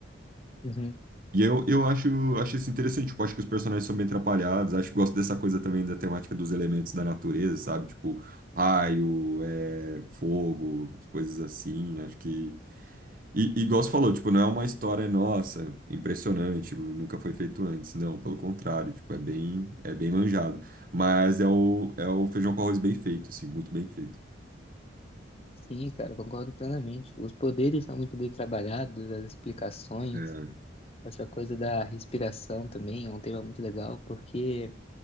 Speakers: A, on the left; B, on the right.
A: uhum.
B: E eu, eu acho, acho isso interessante, tipo, acho que os personagens são bem atrapalhados, acho que gosto dessa coisa também da temática dos elementos da natureza, sabe? Tipo, raio, é, fogo, coisas assim, acho que... E, e igual você falou, tipo, não é uma história nossa, impressionante, nunca foi feito antes, não, pelo contrário, tipo, é bem, é bem manjado, mas é o, é o feijão com arroz bem feito, assim, muito bem feito.
A: Sim, cara, concordo plenamente. Os poderes são muito bem trabalhados, as explicações,
B: É,
A: essa coisa da respiração também é um tema muito legal, porque